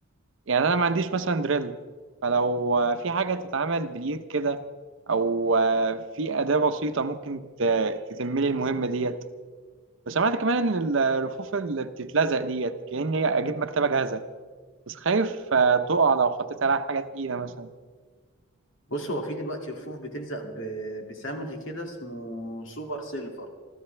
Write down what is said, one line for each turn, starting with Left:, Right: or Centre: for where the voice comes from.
Right: يعني انا ما عنديش مثلا دريل فلو آه، في حاجه تتعمل باليد كده او آه، في اداه بسيطه ممكن ت- تتم لي المهمه ديت وسمعت كمان ان الرفوف اللي بتتلزق ديت كاني اجيب مكتبه جاهزه بس خايف آه، تقع لو حطيت عليها حاجه تقيله مثلا
Left: بص هو في دلوقتي رفوف بتلزق ب- بصمغ كده اسمه سوبر سيلفر